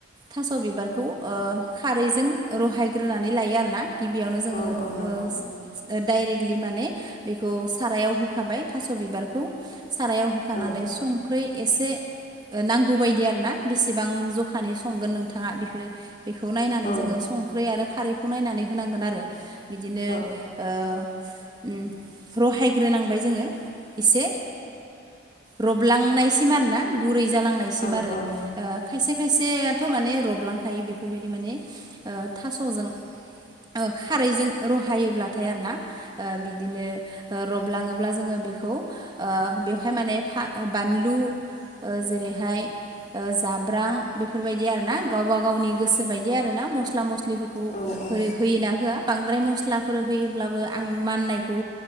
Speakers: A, on the right; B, on the left.
A: थास' बिबारखौ ओ खारैजों रहायग्रोनानै लायो आरोना। गिबियावनो जोङो
B: औ
A: ओ।
B: औ नंगौ
A: डाइरेक्टलि माने बेखौ सारायाव होखाबाय थास' बिबारखौ। सारायाव होखानानै
B: औ
A: संख्रै एसे। नांगौ बायदि आरो ना बेसेबां जखानि संगोन नोंथाङा बेखौ। बेखौ नायनानै
B: औ
A: जोङो संख्रि आरो खारैखौ नायनानै होनांगोन आरो बिदिनो।
B: औ
A: ओ रहायग्रोनांबाय जोङो एसे। रबलांनायसिम आरो ना गुरै जालांनायसिम
B: औ
A: आरो ओ खायसे खायसे। थ' माने रबलांखायो बेफोरबायदि माने ओ थास'जों। खारैजों र रहायोब्लाथाय आरोना बिदिनो रबलाङोब्ला जोङो बेखौ ओ बेवहाय हाय माने बानलु जेरैहाय ओ जाब्रां बेफोरबायदि आरोना गावबा गावनि गोसो बायदि आरो ना मस्ला मस्लि फोरखौ
B: औ औ
A: होयोना होया बांद्राय मसला फोर होयोब्लाबो आं माननायखौ